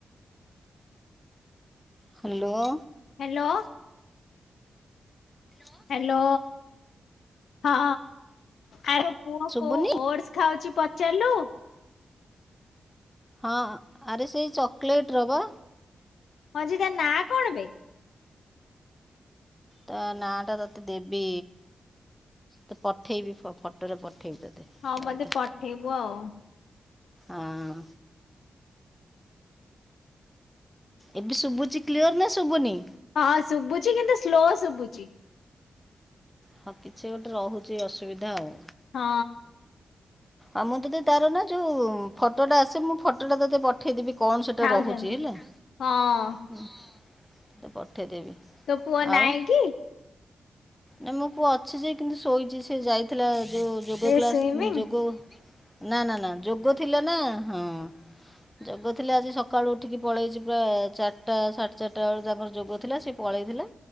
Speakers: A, in the centre; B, on the left.
A: Hello.
B: Hello.
A: Hello.
B: Hello ହଁ। ଆଉ ପୁଅ
A: ଶୁଭୁନି
B: କୋଉ ଓଟସ ଖାଉଛି ପଚାରିଲୁ?
A: ହଁ ଆରେ ସେଇ ଚକୋଲେଟ ର ବା।
B: ହଁଜି ତା ନାଁ କଣ ବେ?
A: ତା ନା ଟା ତତେ ଦେବି ତ ପଠେଇବି ଫଟୋରେ ପଠେଇବି ତୋତେ
B: ହଁ
A: ରହିଥା
B: ମତେ ପଠେଇବୁ ଆଉ।
A: ଆଁ। ଏବେ ଶୁଭୁଛି କ୍ଲିଅର ନା ଶୁଭୁନି?
B: ହଁ ଶୁଭୁଛି କିନ୍ତୁ ସ୍ଲୋ ଶୁଭୁଛି।
A: ହଁ କିଛି ଗୋଟେ ରହୁଛି ଅସୁବିଧା ଆଉ।
B: ହଁ।
A: ଆଉ ମୁଁ ତ ତାର ନା ଯୋଉ ଫଟୋଟା ଆସେ ମୁଁ ଫଟୋଟା ତୋତେ ପଠେଇଦେବି କଣ ସେଟା
B: ଖାଉଛନ୍ତି
A: ରହୁଛି ହେଲା।
B: ହଁ।
A: ହୁଁ ମତେ ପଠେଇଦେବି।
B: ତୋ ପୁଅ ନାହିଁ
A: ଆଉ
B: କି?
A: ନା ମୁୋ ପୁଅ ଅଛି ଯେ କିନ୍ତୁ ଶୋଇଛି ସେ ଯାଇଥିଲା ଯୋଉ ଯୋଗ
B: ଏ
A: କ୍ଲାସ
B: ସୁଇମିଂ
A: ଯୋଗ ନା ନା ନା ଯୋଗ ଥିଲା ନା ହଁ। ଯୋଗ ଥିଲେ ଆଜି ସକାଳୁ ଉଠିକି ପଳେଇଛି ପ୍ରାୟ ଚାରିଟା ସାଢ଼େ ଚାରିଟା ବେଳଳେ ତାଙ୍କର ଯୋଗ ଥିଲା ସେ ପଳେଇଥିଲା